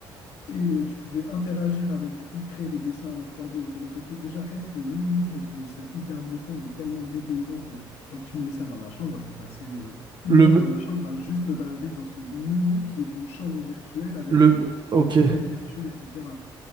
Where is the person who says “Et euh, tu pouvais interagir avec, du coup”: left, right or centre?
Left